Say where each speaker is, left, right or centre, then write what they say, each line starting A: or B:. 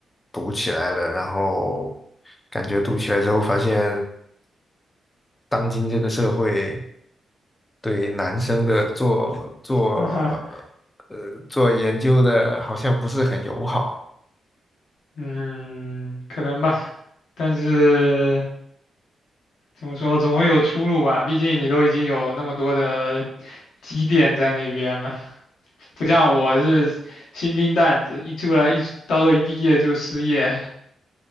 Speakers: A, on the left (about 20°); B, on the left (about 80°).
A: 读起来了，然后感觉读起来之后发现。当今这个社会对男生的做做呃做研究的，
B: 哈哈
A: 好像不是很友好。
B: 嗯，可能吧，但是怎么说，总会有出路吧。毕竟你都已经有那么多的积淀在那边了，不像我是新兵蛋子，一出来一到时候一毕业就失业。